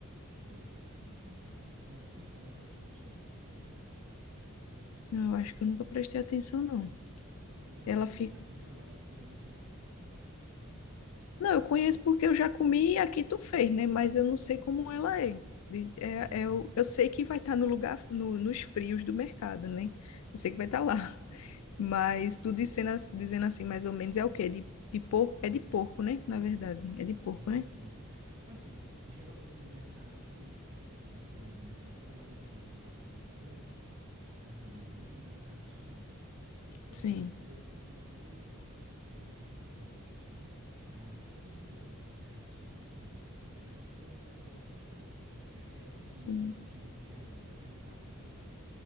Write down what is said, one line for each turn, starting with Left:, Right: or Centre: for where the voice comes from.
Right: fresca assim, não, sabe? Mas tu sabe qual é essa costela que eu tô falando?
Left: Não, eu acho que eu nunca prestei atenção, não.
Right: Não,
Left: Ela
Right: eu tô falando
Left: fica.
Right: assim, da congelada tu também não conhece, no caso.
Left: Não, eu conheço porque eu já comi e aqui tu fez, né? Mas eu não sei como ela é. De- é,
Right: Ah,
Left: é o-
Right: entendi.
Left: eu sei que vai estar no lugar, no, nos frios do mercado, né? Eu sei que vai estar lá. Mas tu dizendo, as- dizendo assim, mais ou menos, é o quê? De, de porco? É de porco, né? Na verdade, é de porco,
Right: É
Left: né?
Right: de porco. Assim, s- geralmente no mercado tem, dependendo do tamanho do mercado, tá lá dividida a parte de frango, carne bovina, carne suína. Então,
Left: Sim,
Right: onde eu compro tem essa divisão. Eles ficam próximos, né? Aí, quando você vê a parte de carne suína, aí você vai procurar lá a costela. É, é uma tira,
Left: sim,
Right: assim, que vem congelada, já embalada já.